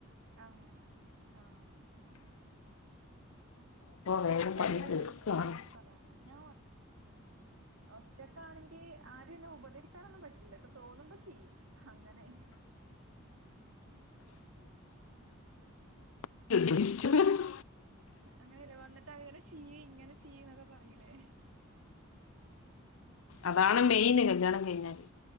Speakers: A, on the right; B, on the left.
A: അങ്ങനെ ആഹ്.
B: അപ്പൊ
A: കിച്ചണ്ടല്ലാ
B: വേഗം പണി തീർക്കുകയാണ്
A: ഇൻട്രസ്റ്റില്ലാത്ത സ്ഥലാണ് ഞാൻ വ. ഒറ്റക്കാണെങ്കി ആരും എന്നെ ഉപദേശിക്കാനൊന്നും പറ്റൂല ഇൻക് തോന്നുമ്പോ ചെയ്യും. അങ്ങനെ.
B: <unintelligible>
A: അങ്ങനെയല്ല വന്നിട്ട് അങ്ങനെ ചിയ്യ് ഇങ്ങനെ ചിയ്യ് എന്നൊക്കെ പറയിലേ.
B: അതാണ് മെയിന് കല്യാണം കഴിഞ്ഞാല്